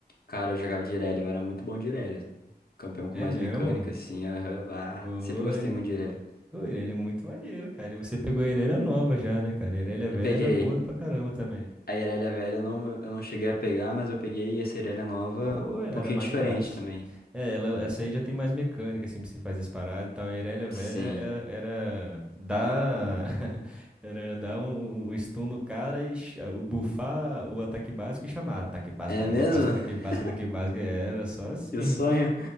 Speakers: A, on the left (about 60°); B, in the centre.
A: Cara, eu jogava de Irelia, eu era muito bom de Irelia. Campeão com
B: É
A: mais
B: mesmo?
A: mecânica, assim, aham. bah.
B: Foi.
A: Sempre gostei muito de Irelia.
B: Pô, Irelia é muito maneiro, cara. E você pegou a Irelia nova já, né, cara? A Irelia velha
A: Eu peguei.
B: era boa pra caramba também.
A: A Irelia velha não, eu não cheguei a pegar, mas eu peguei essa Irelia nova
B: Pô, era
A: um pouquinho
B: maneiraço.
A: diferente também.
B: É, ela, essa aí já tem mais mecânica, assim, pra você fazer as paradas e tal. A Irelia
A: Sim.
B: Velha é- era, dar. <laughs> Era dar um, um stun no cara e ch- bufar o ataque básico e chamar. Ataque básico,
A: É
B: ataque
A: mesmo?
B: básico, ataque básico,
A: <laughs>
B: ataque básico. É, Era só assim.
A: Eu sonho.
B: <laughs>